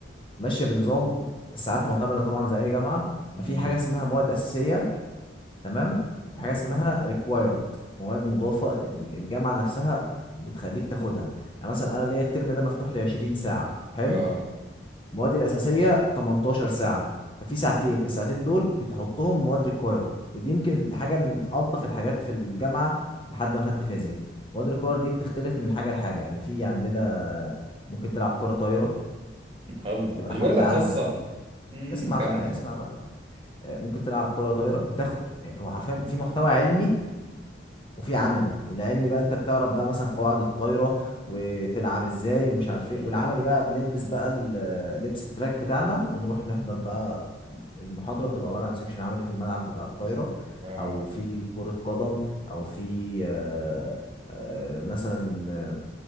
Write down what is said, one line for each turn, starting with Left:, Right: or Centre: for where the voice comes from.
Left: ماشيه بنظام ساعات معتمده طبعا زي اي جامعه
Right: امم
Left: ففي حاجه اسمها مواد اساسيه تمام
Right: أمم.
Left: في حاجه اسمها ريكوايرد مواد مضافه ال- الجامعه نفسها بتخليك تاخدها يعني مثلا انا ليا الترم ده مفتوح لي 20 ساعه حلو
Right: اه
Left: المواد الاساسيه 18 ساعه ففي ساعتين
Right: امم
Left: الساعتين دول بتحطهم مواد ريكوايرد ودي يمكن حاجه من الطف الحاجات في الجامعه لحد ما خدت فيزياء مواد ريكوايرد دي بتختلف من حاجه لحاجه يعني في عندنا ممكن تلعب كره طايره
Right: الله
Left: تبقى
Right: مش بقول
Left: ماده
Right: لك
Left: عندك
Right: خاصه امم
Left: اسمع
Right: كمل
Left: بقى اسمع بقى آه، ممكن تلعب كره طايره بتاخد آه، هو حرفيا في محتوى علمي وفي عملي العلمي بقى انت بتعرف بقى مثلا قواعد الطايره وتلعب ازاي ومش عارف
Right: امم
Left: ايه والعملي بقى بنلبس بقى ال- لبس التراك بتاعنا ونروح نحضر بقى المحاضره بتبقى عباره عن سيكشن عملي في الملعب بتاع الطايره
Right: اه
Left: او في كره قدم او في آه، آه، مثلا آه،